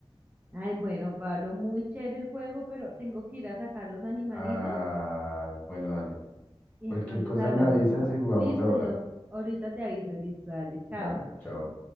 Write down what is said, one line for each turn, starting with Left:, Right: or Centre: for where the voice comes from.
Right: Ay, bueno, Pablo, muy chévere el juego, pero tengo que ir a sacar los animalitos
Left: Ay, bueno, dale.
Right: Y
Left: Cualquier
Right: entonces
Left: cosa
Right: hablamos
Left: me avisas
Right: ahora.
Left: y jugamos
Right: Listo,
Left: ahora.
Right: yo ahorita te aviso, listo, dale, chao.
Left: Dale, chao.